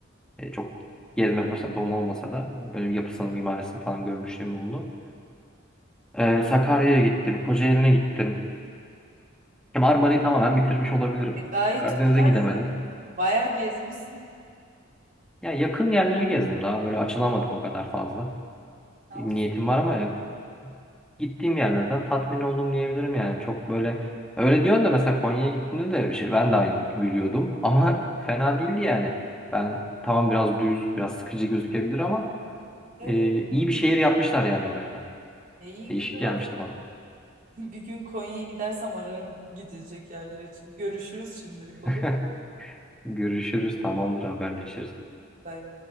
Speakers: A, in the centre; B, on the right.
A: E, çok gezme fırsatım olmasa da böyle bir yapısını, mimarisini falan görmüşlüğüm oldu. Ee, Sakarya'ya gittim, Kocaeli'ne gittim. Ya Marmara'yı tamamen bitirmiş olabilirim.
B: E, gayet
A: Karadeniz'e
B: güzel.
A: gidemedim.
B: Yine bayağı gezmişsin.
A: Ya yakın yerleri gezdim. Daha böyle açılamadık o kadar fazla.
B: Ama
A: Niyetim var ama ya gittiğim yerlerden tatmin oldum diyebilirim yani. Çok böyle öyle diyorsun da mesela Konya'ya gittiğimde de şey, ben de aynı gülüyordum <laughs> ama fena değildi yani. Ben tamam biraz düz, biraz sıkıcı gözükebilir ama
B: evet.
A: e, iyi bir şehir yapmışlar yani oraya da.
B: E, iyi
A: Değişik
B: güzel
A: gelmişti
B: oldu. <laughs>
A: bana.
B: Bir gün Konya'ya gidersem ararım gidecek yerler için. Görüşürüz şimdilik
A: <laughs>
B: olur. mu?
A: Görüşürüz, tamamdır, haberleşiriz.
B: Bay bay.